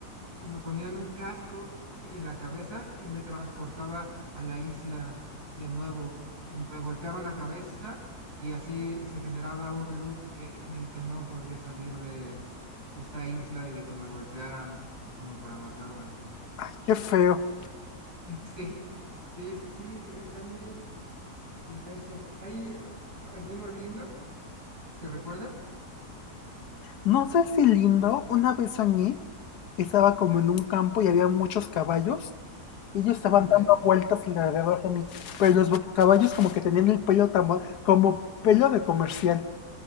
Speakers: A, on the right (about 75°); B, on the left (about 75°).
A: y me ponían un casco en la cabeza y me transportaba a la isla de nuevo y me golpeaban la cabeza y así se generaba un loop eh, en el que no podía salir de esta isla y de que me golpearan como para matarme.
B: Ay, qué feo.
A: <laughs> Sí, sí, sí, sí, están muy i- intensos. ¿Hay alguno lindo que recuerdes?
B: No sé si lindo, una vez soñé que estaba como en un campo y había muchos caballos. y Ellos estaban
A: Ok,
B: dando vueltas alrededor de mí, pero los bo- caballos como que tenían el pelo tan, bo- como pelo de comercial.